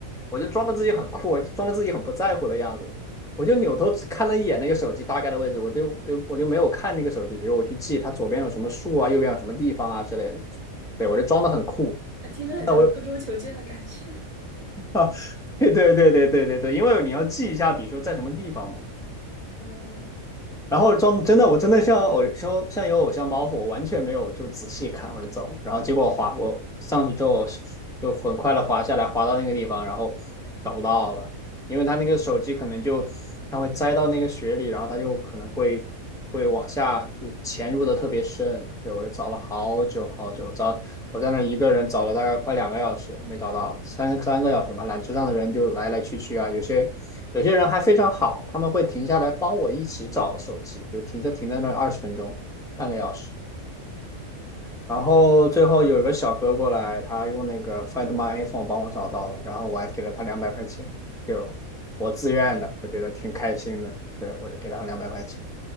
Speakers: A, in the centre; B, on the right (about 30°).
A: 我就装的自己很酷，装的自己很不在乎的样子，我就扭头只看了一眼那个手机大概的位置，我就就我就没有看那个手机，比如我去记它左边有什么树啊，右边有什么地方啊之类的，对，我就装的很酷。
B: 呃听着很像刻舟求剑的感觉。
A: 那我啊，<laughs> 对对对对对对对，因为你要记一下，比如说在什么地方嘛。
B: <laughs> 嗯
A: 然后装真的，我真的像偶像像有偶像包袱，我完全没有就仔细看我就走，然后结果我滑我上去之后就很快的滑下来，滑到那个地方，然后找不到了，因为他那个手机可能就它会栽到那个雪里，然后它就可能会会往下就潜入的特别深，对我就找了好久好久，找我在那儿一个人找了大概快两个小时没找到，三三个小时吧，缆车上的人就来来去去啊，有些。有些人还非常好，他们会停下来帮我一起找手机，就停下停在那二十分钟，半个小时。然后最后有一个小哥过来，他用那个 Find My iPhone 帮我找到了，然后我还给了他两百块钱，就我自愿的，我觉得挺开心的。对，我就给了他两百块钱。